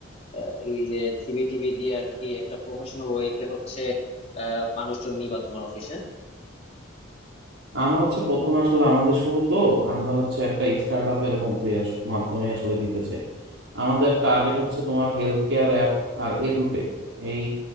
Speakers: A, on the left; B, on the right.
A: আহ, এই যে সিভি টিভি দিয়ে আর কি একটা প্রফেশনাল ওয়েতে হচ্ছে আহ মানুষজন নিবা তোমার অফিসে
B: আমরা হচ্ছে প্রথমে আসলে আমাদের শুরু তো আমরা হচ্ছে একটা স্টার্ট আপের মধ্যেই আস- মাধ্যমে আসলে দিতে চাই আমাদের টার্গেট হচ্ছে তোমার হেলথ কেয়ার অ্যাপ আর এডুটেক এই